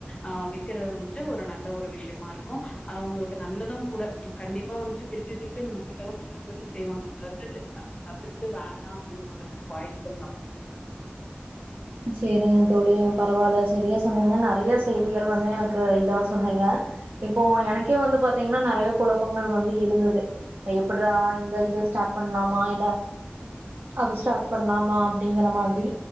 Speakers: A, on the left; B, on the right.
A: ஆ விக்கறது வந்து ட்டு ஒரு நல்ல ஒரு விஷயமா இருக்கு அது அவங்களுக்கு நல்லதும் கூட அவங் கண்டிப்பா வந்துட்டு திருப்பி திருப்பி நம்ம கிட்ட வந்து வாங்கதா செய்வாங்க தவிர்த்து <inaudible> ண்டா அப்டி <unintelligible> <inaudible> வாய்ப்புகள் கம்
B: சேரிங்க தொழி பரவால்ல சரியா சொன்னீங்க நெறையா செய்திகள் வந்து எனக்கு இதா சொன்னீங்க இப்போ எனக்கே வந்து பாத்தீங்கன்னா நெறைய குழப்பங்கள் வந்து இருந்துது எப்புட்றா இந்த இது ஸ்டார்ட் பண்ணலாமா இல்ல அது ஸ்டார்ட் பண்ணலாமா அப்டிங்கிற மாதிரி